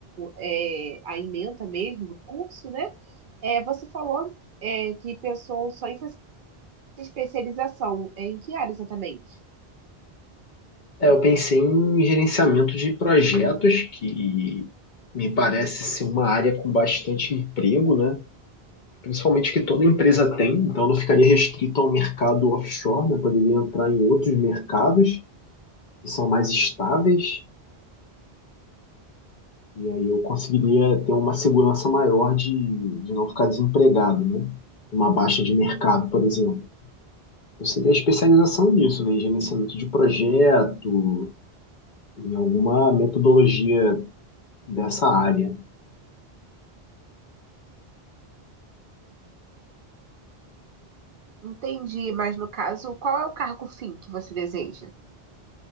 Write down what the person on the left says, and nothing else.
É, eu pensei em gerenciamento de projetos, que me parece ser uma área com bastante emprego, né? Principalmente que toda empresa tem, então não ficaria restrito ao mercado offshore, né? Poderia entrar em outros mercados que são mais estáveis. E aí eu conseguiria ter uma segurança maior de, de não ficar desempregado, né? Uma baixa de mercado, por exemplo. Eu seria especialização nisso, né? Em gerenciamento de projeto, em alguma metodologia dessa área.